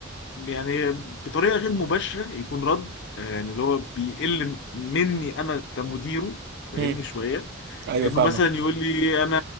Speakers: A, on the left; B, on the right.
A: يعني بطريقه غير مباشره يكون رد آه يعني اللي هو بيقل مني انا كمديره فاهمني
B: مم.
A: شويه
B: ايوه
A: انه
B: فاهمك
A: مثلا يقول لي انا